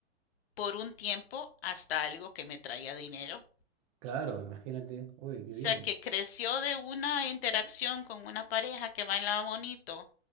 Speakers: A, on the left (about 60°); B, on the right (about 30°).
A: por un tiempo hasta algo que me traía dinero. O
B: Claro, imagínate, uy, qué
A: sea,
B: bien.
A: que creció de una interacción con una pareja que bailaba bonito